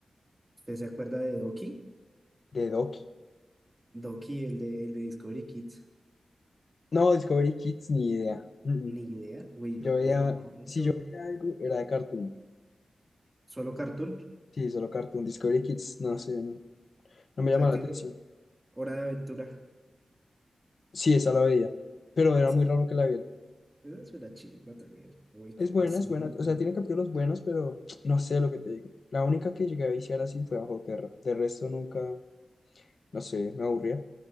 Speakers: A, on the right (about 20°); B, on the left (about 65°).
A: ¿Usted se acuerda de Doki?
B: De Doki.
A: Doki, el de, el de Discovery Kids.
B: No, Discovery Kids, ni idea. Mm,
A: Ni
B: mm.
A: idea. Uy, no
B: Yo
A: me
B: veía,
A: digan eso.
B: si yo veía algo, era de Cartoon.
A: Solo cartoon.
B: Sí, solo Cartoon. Discovery Kids, no sé, no, no me
A: O
B: llama
A: sea
B: la
A: que
B: atención.
A: Hora de Aventura.
B: Sí, esa la veía, pero era
A: Esa,
B: muy raro que la viera.
A: esa es una chimba también. Uy,
B: Es
A: ¿cómo
B: buena,
A: así?
B: es buena,
A: weón?
B: o sea, tiene capítulos buenos, pero no sé lo que te digo. La única que llegué a viciar así fue Bajo Terra. De resto nunca, no sé, me aburría.